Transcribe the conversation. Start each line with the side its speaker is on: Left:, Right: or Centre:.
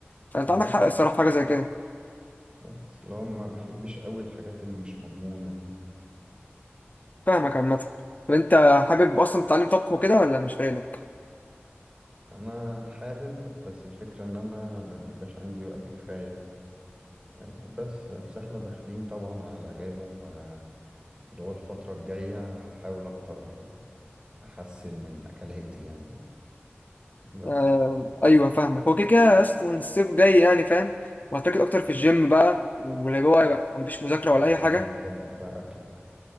Left: فانت
Right: ممكن
Left: عندك حق الصراحه في حاجه زي كده
Right: بس لو ما بحبش قوي الحاجات اللي مش مضمونة دي
Left: فاهمك عامة طب انت حابب اصلا تتعلم طبخ وكده ولا مش فايدك؟
Right: انا حابب بس الفكرة ان انا ما بيبقاش عندي وقت كفاية آه، بس بس احنا داخلين طبعا على اجازة فاللي هو الفترة الجاية هحاول اكتر احسن من اكلاتي يعني بس
Left: آه ايوه
Right: آه،
Left: فاهمك هو كده كده اصلا الصيف جاي يعني فاهم وهتركز اكتر في الجيم بقى واللي هو يبقى مفيش مذاكرة
Right: فلازم
Left: ولا اي حاجة
Right: تظبط بقى اكلك